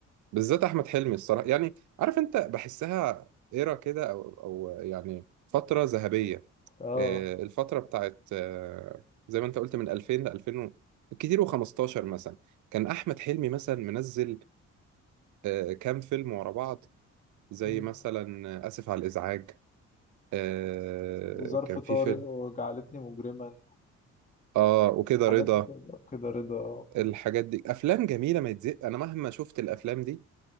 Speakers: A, on the right; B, on the left.
A: بالذات احمد حلمي الصراحه يعني عارف انت بحسها ايرا كده او او يعني فتره ذهبيه
B: اه
A: آه، الفتره بتاعت آه، زي ما انت قلت من 2000 ل 2000 و- كتير و15 مثلا كان احمد حلمي مثلا منزل آه، كام فيلم ورا بعض زي
B: مم.
A: مثلا آه، اسف على الازعاج آه،
B: وظرف
A: كان
B: طارق
A: في فيلم
B: وجعلتني مجرما
A: اه وكده
B: الحاجات
A: رضا
B: دي كلها كده رضا
A: الحاجات دي افلام جميله ما يتزق انا مهما شفت الافلام دي